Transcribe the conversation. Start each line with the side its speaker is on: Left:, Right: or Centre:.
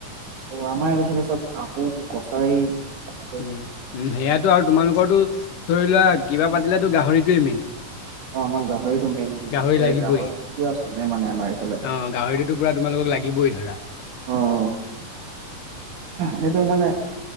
Right: অ আমাৰ এইটো ছাইডে চব আহোম কছাৰী আছে।
Left: উম উম সেয়াইটো আৰু তোমালোকৰ তো ধৰি লোৱা কিবা পাতিলেটো গাহৰিটোৱে মেইন।
Right: অ আমাৰ গাহৰিটো মেইন
Left: গাহৰি লাগিবই
Right: গাহৰিটো পোৰা চলে মানে আমাৰ এইফালে।
Left: অ গাহৰিটোতো পুৰা তোমালোকক লাগিবই ধৰা।
Right: অ' সেইটো মানে